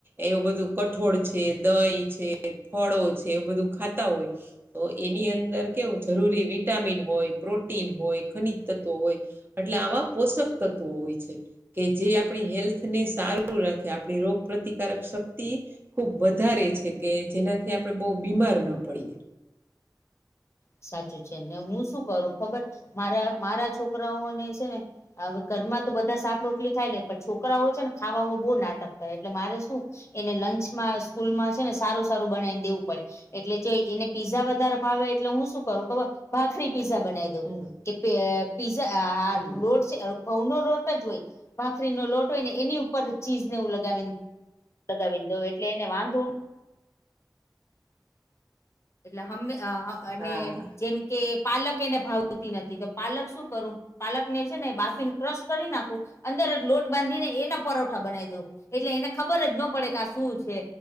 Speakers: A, on the right; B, on the left.
A: એવુ બધુ કઠોળ છે દહીં છે ફળો છે એવુ બધુ ખાતા હોય. તો એની અંદર કેવુ જરૂરી વિટામિન હોય, પ્રોટીન હોય, ખનીજ તત્વ હોય એટલે આવા પોષક તત્વો હોય છે. કે જે આપણી હેલ્થને સારું રાખે આપણી રોગ પ્રતિકારક શક્તિ ખુબ વધારે છે, કે જેનાથી આપણે બો બીમાર ન પડીએ.
B: સાચુ છે, ને હું શુ કરુ ખબર મારા મારા છોકરાઓને છે, ને અવે ઘરમાં તો બધા શાક રોટલી ખાઈ લે પણ છોકરાઓ હોય છે, ને ખાવામાં બો નાટક કરે એટલે મારે શું એને લંચમાં સ્કૂલમાં છે, ને સારુ સારુ બનાયન દેવુ પડે એટલે જે એને પીઝા વધારે ભાવે એટલે હું શું કરુ ખબર ભાખરી પિઝા બનાવી દઉ
A: હમ
B: કે પે પિઝા આ
A: હમ
B: લોટ છે. ઘઉંનો લોટ જ હોય ભાખરીનો લોટ હોય ને એની ઉપર ચીઝ ને એવુ લગાવીન લગાવીન દવ એટલે એને વાંધો એટલે હમે અ અ અને
A: હા
B: જેમ કે પાલક એને ભાવતી નથી તો પાલક શું કરુ પાલકને છે, ને બાફીને ક્રશ કરી નાખું અંદર જ લોટ બાંધી ને એના પરોઠા બનાવી દવ એટલે એને ખબર જ ન પડે કે આ શું છે.